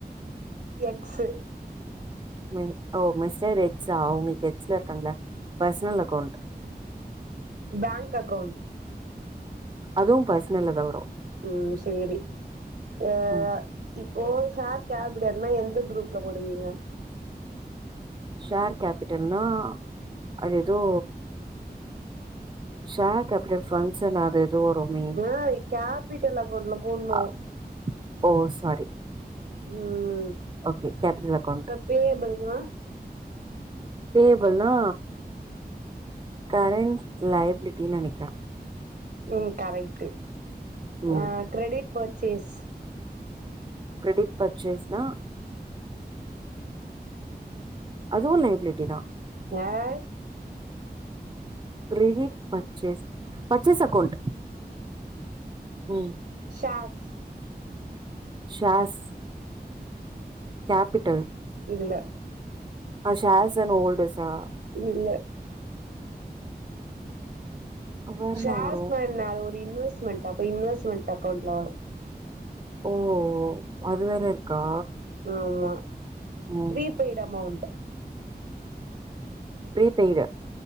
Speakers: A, on the right; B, on the right.
A: எக்சு
B: மே ஓ மெஸ்டர் எக்ஸா உங்களுக்கு எக்ஸ்லா இருக்காங்களா பர்சனல் அக்கௌண்ட்
A: பங்க் அக்கௌண்ட்
B: அதுவு பர்ஸ்னல்ல தா வரு
A: ம் சரி அ
B: ம்
A: இப் ஓ ஷர் கேபிடள்னா எந்த க்ரூப்ல போடுவீங்க
B: ஷர் கேப்பிட்டல்னா அது எதோ ஷர் கப்பிட்டல் ஃபங்க்ஷன் ஆது தோருமே
A: ஏய் கேப்ப்பிடல் அக்கவ்ண்ட்ல போட்ணு
B: அ ஓ சாரி
A: ம்
B: ஓகே கேபிட்டல் அக்கௌண்ட்
A: டேபிள்னா
B: பேபில்னா கரண்ட் லயபிலிட்டின் நெனைக்கிற
A: ம் கரெக்ட்டு
B: ம்
A: அ கிரெடிட் பர்ச்சேஸ்
B: கிரெடிட் பர்ச்சேஸ்னா அதுவு லையப்லிட்டி தா
A: அய்
B: கிரெடிட் பர்ச்சேஸ் பர்ச்சேஸ் அக்கௌண்ட் ம்
A: சேர்ஸ்
B: சேர்ஸ் கப்பிட்டல்
A: இல்ல
B: ஸேர்ஸ் அன் ஓல்டர்ஸா
A: இல்ல
B: வேற
A: ஷேர்ஸ்னா
B: என்ன வரு
A: என்ன அது ஒரு இன்வெஸ்மெண்ட் அப்ப இன்வெஸ்மெண்ட் அக்கவ்ண்ட்ல வரு
B: ஓ ஓ அது வேற இருக்கா
A: ஆமா
B: ம்
A: ப்ரீபெய்ட் அமௌண்ட்
B: பரீபெய்டு